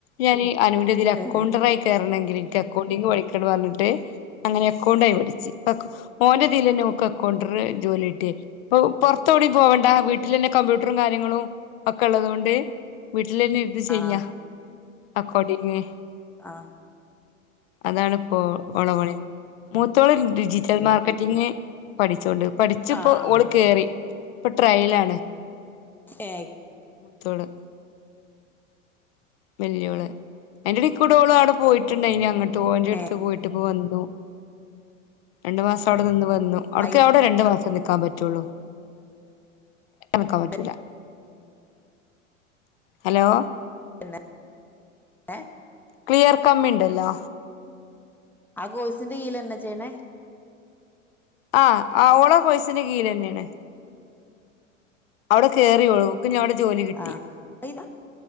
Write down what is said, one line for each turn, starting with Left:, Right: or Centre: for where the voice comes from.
Left: ഞാന് അനുവിന്റെതില് അകൗണ്ടറായി
Centre: ഏ
Left: കേറണെങ്കിൽ ഇൻക്ക് അക്കൗണ്ടിങ്ങ് പഠിക്കണ പറഞ്ഞിട്ട് അങ്ങനെ അക്കൗണ്ടയി പ ച്ച് അകൗ ഓന്റെ ഇതിലന്നെ ഓക്ക് അകൗണ്ടർ ജോലി കിട്ടി പ്പം പൊർത്തോടിം പോവണ്ട വീട്ടിൽ തന്നെ കമ്പ്യൂട്ടറും കാര്യങ്ങളും ഒക്കെ ഉള്ളതു കൊണ്ട് വീട്ടിലന്നെ ഇരുത്തി ചെയ്യാ
Centre: ആ
Left: അകൗഡിംഗ്
Centre: ആ
Left: അതാണ് ഇപ്പോ ഓളെ പണി തോള്ൻ ഡിജിറ്റൽ മാർക്കറ്റിങ്ങ് പഠിച്ചോണ്ട് പഠിച്ച് ഇപ്പോ
Centre: ആ
Left: ഓള്
Centre: ആ
Left: കേറി. ഇപ്പൊ ട്രയല് ആണ്
Centre: <unintelligible>
Left: ത്തോള് വല്യോള്. അയിന്റെടേയ്കൂടെ ഓള് ആടെ പോയിട്ടുണ്ട് അയിൻ്റെ അങ്ങ് തോൻ്റെ അടുത്ത്
Centre: ഏ
Left: പോയിട്ടിപ്പോ വന്നു രണ്ടു മാസം അവിടെ നിന്ന് വന്നു അവിട്ക്ക്
Centre: അയിന്റെ
Left: അവിടെ രണ്ടു മാസം നിക്കാൻ പറ്റുള്ളൂ നിക്കാൻ
Centre: കീഴിൽ
Left: പറ്റൂല. ഹലോ
Centre: <unintelligible> ഏഹ്
Left: ക്ലിയർ കമ്മി ഇണ്ടല്ലോ
Centre: ആ കോഴ്സിന്റെ കീഴിലന്നെ ചെയ്യ്ണെ
Left: ആഹ് ആഹ് ഓള ആ കോയ്സിന്റെ കീഴിലന്നെയാണ്. അവിടെ കേറി ഓള് ക്ക് ഞാടെ ജോലി കിട്ടി.
Centre: ആഹ് അയിതാ